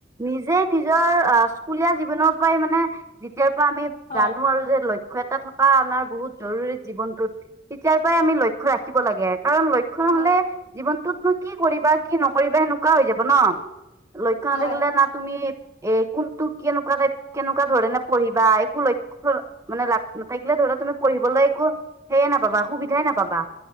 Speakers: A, on the right (about 15°); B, on the left (about 40°).
A: নিজেই নিজৰ স্কুলীয়া জীৱনৰ পৰাই মানে যেতিয়াৰ পৰা আমি।
B: হয়।
A: জানো আৰু যে লক্ষ্য এটা থক কা আমাৰ বহুত জৰুৰী জীৱনটোত, তেতিয়াৰ পৰাই আমি লক্ষ্য ৰাখিব লাগে। কাৰণ লক্ষ্য নহলে
B: হয়
A: জীৱনটোত নু কি কৰিবা কি নকৰিবা সেনেকুৱা হৈ যাব ন। লক্ষ্য নাথাকিলে
B: হয়
A: না তুমি এ কোন তোক কেনেকুৱা টাইপ কেনেকুৱা ধৰণে পঢ়িবা একো ল মানে লাভ নাথাকিলে ধৰা তুমি পঢ়িবলৈ একো সেয়ে নাপাবা সুবিধাই নাপাবা।